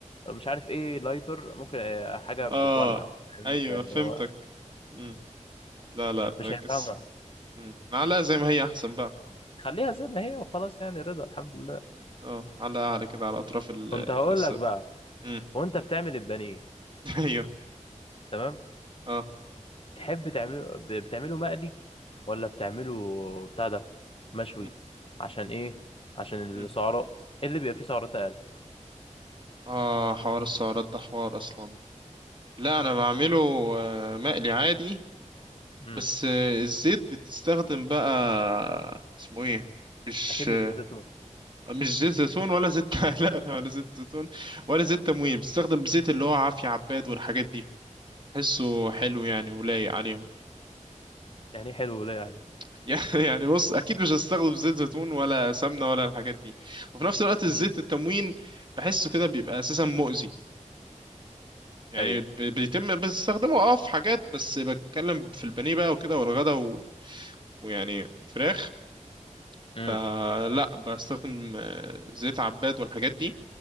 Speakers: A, on the left (about 45°); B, on the right (about 40°).
A: آه، مش عارف ايه لايتر ممكن آه، حاجه
B: اه
A: بتولع فاهمني
B: ايوه
A: فاللي
B: فهمتك
A: هو
B: امم لا لا فاكس
A: مش هيفهمها
B: امم معلقه زي ما هي احسن بقى
A: خليها زي ما هي وخلاص يعني رضا الحمد لله
B: اه معلقه اعلى كده على اطراف ال-
A: كنت هقول
B: السقف
A: لك بقى
B: امم
A: وانت بتعمل البانيه
B: <laughs> ايوه
A: تمام
B: اه
A: تحب تعمله ب- بتعمله مقلي ولا بتعمله بتاع ده مشوي
B: مم.
A: عشان ايه عشان
B: مم.
A: السعرات إيه اللي بيبقى فيه سعرات اقل
B: اه حوار السعرات ده حوار اصلا لا انا بعمله آه، مقلي عادي
A: امم
B: بس آه، الزيت بتستخدم بقى اسمه ايه مش
A: اكيد مش
B: آه،
A: زيت زيتون
B: مش زيت زيتون ولا زيت <laughs> لا ولا زيت زيتون ولا زيت تموين بتستخدم زيت اللي هو عافية عباد والحاجات دي حسه حلو يعني ولايق عليهم
A: يعني إيه حلو ولايق عليه
B: <laughs> يعني يعني بص اكيد مش هستخدم زيت زيتون ولا سمنة ولا الحاجات دي وفي نفس الوقت الزيت
A: امم
B: التموين بحسه كده بيبقى اساسا مؤذي يعني
A: ايوه
B: ب- بيتم بستخدمه اه في حاجات بس بتكلم في البانيه بقى وكده والغدا و... ويعني فراخ
A: امم
B: فلا بستخدم آه، زيت عباد والحاجات دي